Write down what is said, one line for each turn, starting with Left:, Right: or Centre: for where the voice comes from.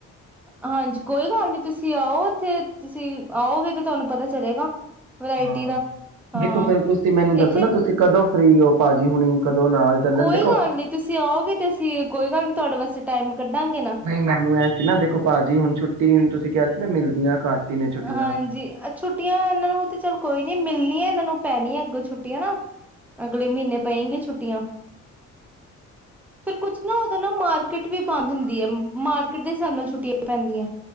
Centre: ਹਾਂਜੀ ਕੋਈ ਗੱਲ ਨੀ ਤੁਸੀਂ ਆਓ ਉੱਥੇ ਤੁਸੀਂ ਆਓਗੇ ਤੇ ਤੁਹਾਨੂੰ ਪਤਾ ਚਲੇਗਾ ਵਰਾਇਟੀ
Right: ਹਾਂ
Centre: ਦਾ ਹਾਂ
Right: ਦੇਖੋ ਫਿਰ ਤੁਸੀਂ ਮੈਨੂੰ ਦੱਸੋ
Centre: ਇੱਥੇ
Right: ਨਾ ਤੁਸੀਂ ਕਦੋਂ ਫਰੀ ਹੋ ਭਾਜੀ ਹੁਣੀ ਕਦੋਂ ਨਾਲ ਚੱਲਣ
Centre: ਕੋਈ
Right: ਦੇਖੋ
Centre: ਗੱਲ ਨਹੀਂੀ ਤੁਸੀਂ ਆਓਗੇ ਤੇ ਅਸੀਂ ਕੋਈ ਗੱਲ ਨਹੀਂੀ ਤੁਹਾਡੇ ਵਾਸਤੇ ਟਾਈਮ ਕੱਢਾਂਗੇ ਨਾ
Right: ਨਹੀਂ ਮੈਨੂੰ ਐਂ ਸੀ ਨਾ ਦੇਖੋ ਭਾਜੀ ਹੁਣ ਛੁੱਟੀ ਤੁਸੀਂ ਕਿਹਾ ਸੀ ਮੈਂ ਮਿਲਦੀਾਂ ਘੱਟ ਹੀ ਨੇ ਛੁੱਟੀਆਂ।
Centre: ਹਾਂਜੀਹ ਛੁੱਟੀਆਂ ਇਹਨਾਂ ਨੂੰ ਤੇ ਚੱਲ ਕੋਈ ਨੀ ਮਿਲਣੀਆਂ ਇਹਨਾਂ ਨੂੰ ਪੈਣੀ ਆ ਅੱਗੋਂ ਛੁੱਟੀੀਆਂ ਨਾ ਅਗਲੇ ਮਹੀਨੇ ਪਏ ਗੇ ਛੁੱਟੀਆਂ ਫਿਰ ਕੁਛ ਨਾ ਉਦੋਂ ਨਾ ਮਾਰਕੀਟ ਵੀ ਬੰਦ ਹੁੰਦੀ ਹੈ ਮਾਰਕੀਟ ਦੇ ਹਿਸਾਬ ਨਾਲ ਛੁੱਟੀਆਂ ਪੈਂਦੀਆਂ